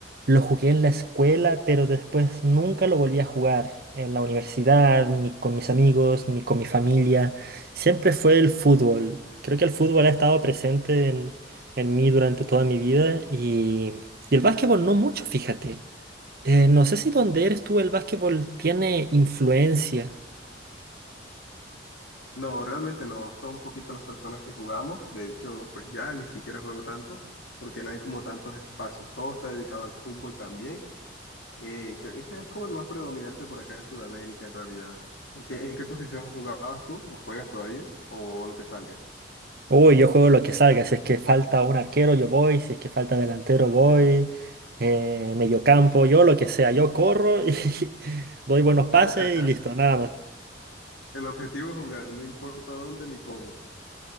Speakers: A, on the right (about 55°); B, on the left (about 80°).
A: lo jugué en la escuela, pero después nunca lo volví a jugar en la universidad, ni con mis amigos, ni con mi familia. Siempre fue el fútbol. Creo que el fútbol ha estado presente en, en mí durante toda mi vida y, y el básquetbol no mucho, fíjate. Eh, no sé si donde eres tú el básquetbol tiene influencia.
B: No, realmente no. Son poquitas las personas que jugamos. De hecho, pues ya ni siquiera juego tanto, porque no hay como tantos espacios. Todo está dedicado al fútbol también. Eh, que es, es como el más predominante por acá en Sudamérica, en realidad. ¿En qué, en qué posición jugabas tú? ¿O juegas todavía? ¿O lo que salga?
A: Uy, yo juego lo que salga. Si es que falta un arquero, yo voy. Si es que falta delantero, voy. Eh, mediocampo, yo lo que sea. Yo corro y <laughs> doy buenos pases
B: <laughs>
A: y listo, nada más.
B: El objetivo es jugar, no importa dónde ni cómo.